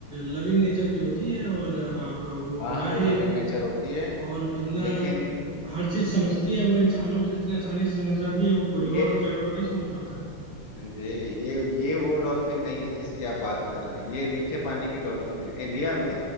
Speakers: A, on the right; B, on the left.
A: लविंग नेचर की होती है और आप वो
B: हाँ
A: बड़ा
B: हाँ वो
A: ही
B: लविंग नेचर होती है
A: और इतना
B: लेकिन
A: हर चीज समझती है वो इंसानों को जितने आसानी से समझ जाती है वो कोई
B: ये
A: और जानवर नहीं समझ पाता है
B: ये ये ये वो डॉल्फिन नहीं है जिसकी आप बात कर रहे हैं ये मीठे पानी की डॉल्फिन है इंडिया में